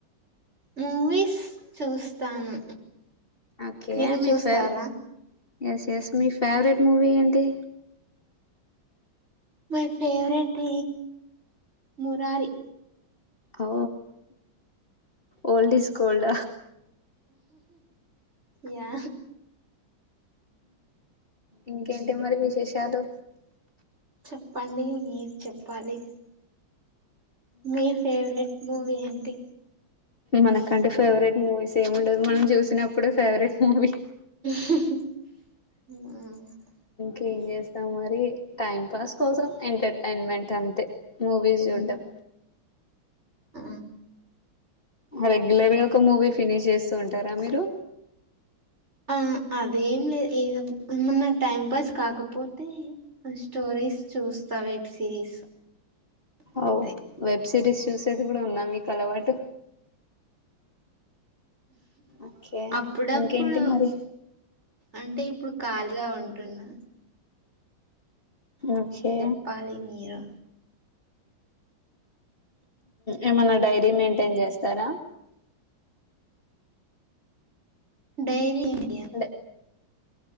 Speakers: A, on the right; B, on the left.
A: మూవీస్ చూస్తాను
B: ఓకే
A: మీరు
B: మీ
A: చూస్తారా
B: ఫేవ ఎస్ ఎస్ మీ ఫేవరెట్ మూవీ ఏంటి
A: మై ఫేవరెట్ మురారి
B: ఓ ఓల్డ్ ఇస్ గోల్డ
A: యా
B: ఇంకేంటి మరి విశేషాలు
A: చెప్పండి మీరు చెప్పాలి మీ ఫేవరెట్ మూవీ ఏంటి
B: మనకంటే ఫేవరెట్ మూవీస్ ఏమి ఉండదు మనం చూసినప్పుడు ఫేవరెట్ మూవీ
A: ఆ
B: ఏం చేస్తాం మరి టైం పాస్ కోసం ఎంటర్టైన్మెంట్ అంతే మూవీస్ చూడ్డం
A: ఆ
B: రెగ్యులర్ గా ఒక మూవీ ఫినిష్ చేస్తూ ఉంటారా మీరు
A: ఆ అదేం లేదు <unintelligible> ఏమన్నా టైం పాస్ కాకపోతే స్టోరీస్ చూస్త వెబ్ సిరీస్ అంతే
B: అవు వెబ్ సిరీస్ చూసేది కూడ ఉన్నా మీకు అలవాటు ఓకే
A: అప్పుడప్పుడు
B: ఇంకేంటి మరి
A: అంటే ఇప్పుడు ఖాళీగా ఉంటున్నా
B: ఓకే
A: చెప్పాలి మీరు
B: ఏమన్నా డైరీ మెయింటైన్ చేస్తార
A: డైరీ <unintelligible>
B: అంటే